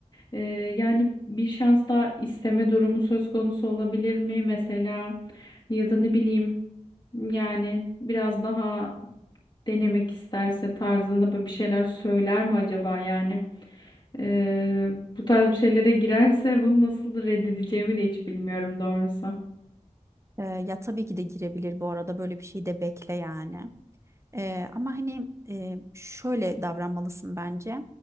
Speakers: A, on the left; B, on the right.
A: Eee, yani bir şans daha isteme durumu söz konusu olabilir mi mesela ya da ne bileyim yani biraz daha denemek isterse tarzında böyle bir şeyler söyler mi acaba yani? Ee, bu tarz bir şeylere girerse bunu nasıl reddedeceğimi de hiç bilmiyorum doğrusu.
B: E, ya tabii ki de girebilir bu arada böyle bir şey de bekle yani. Ee, ama hani e, şöyle davranmalısın bence.